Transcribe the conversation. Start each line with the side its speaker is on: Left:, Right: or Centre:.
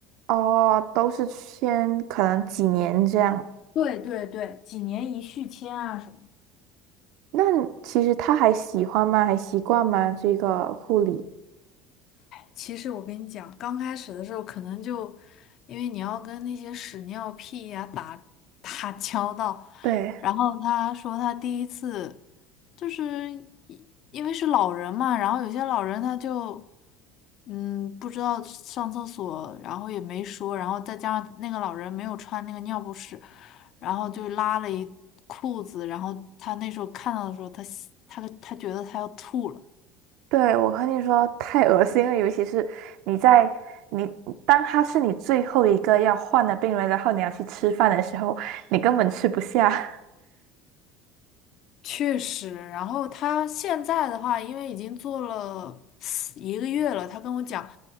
Right: 哦，都是先可能几年这样。
Left: 对对对，几年一续签啊什么。
Right: 那其实他还喜欢吗？还习惯吗？这个护理？
Left: 其实我跟你讲，刚开始的时候可能就，因为你要跟那些屎尿屁呀、打打交道，
Right: 对，
Left: 然后他说他第一次就是一因为是老人嘛，然后有些老人他就嗯不知道上厕所，然后也没说，然后再加上那个老人没有穿那个尿不湿，然后就拉了一裤子，然后他那时候看到的时候，他他他觉得他要吐了。
Right: 对，我和你说，太恶心了，尤其是你在你当他是你最后一个要换的病人，然后你要去吃饭的时候，你根本吃不下。<laughs>
Left: 确实，然后他现在的话，因为已经做了四一个月了，他跟我讲，